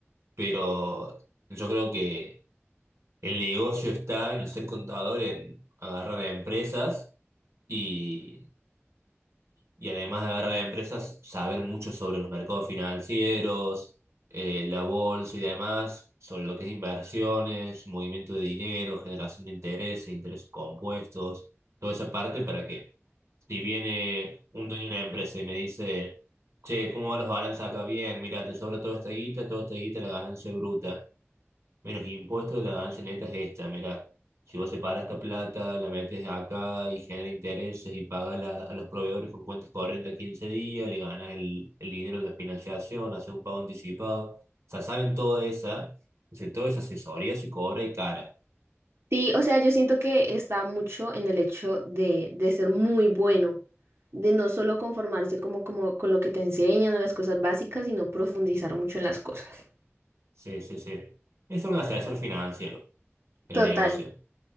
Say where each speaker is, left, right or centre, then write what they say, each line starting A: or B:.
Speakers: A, on the right (about 85°); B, on the right (about 65°).
A: pero yo creo que El negocio está en el ser contador, en agarrar a empresas y, y además de agarrar a empresas, saber mucho sobre los mercados financieros, eh, la bolsa y demás, sobre lo que es inversiones, movimiento de dinero, generación de intereses, intereses compuestos, toda esa parte para que si viene un dueño de una empresa y me dice, che, ¿cómo van los balances acá? Bien, mira, te sobra toda esta guita, toda esta guita, la ganancia bruta. Mira, los impuestos de la ganancia neta es esta, mira, si vos separas esta plata, la metes acá y genera intereses y pagas la- a los proveedores con cuentas corrientes a 15 días, le ganas el, el dinero de la financiación, haces un pago anticipado, o sea, saben toda esa, o sea, toda esa asesoría se cobra y cara.
B: Sí, o sea, yo siento que está mucho en el hecho de, de ser muy bueno, de no solo conformarse como, como con lo que te enseñan o las cosas básicas, sino profundizar mucho en las cosas.
A: Sí, sí, sí. Es un asesor financiero, el
B: Total.
A: negocio.